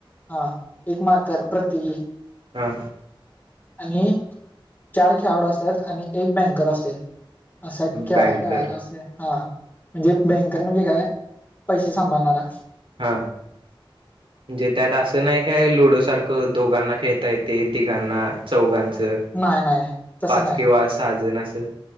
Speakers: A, on the left; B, on the right.
A: हा एक मार्कर प्रत्येकी.
B: हा
A: आणि चार खेळाडू असतात आणि एक बँकर असतय असाख्या
B: बँकर
A: काय असते हा. म्हणजे बँकर म्हणजे काय पैसे सांभाळणारा.
B: हा, म्हणजे त्यात असं नाही काय लुडो सारखं दोघांना खेळता येते तिघांना, चौघांचं
A: नाही नाही तसं
B: पाच
A: नाही
B: किंवा सहा जण असं.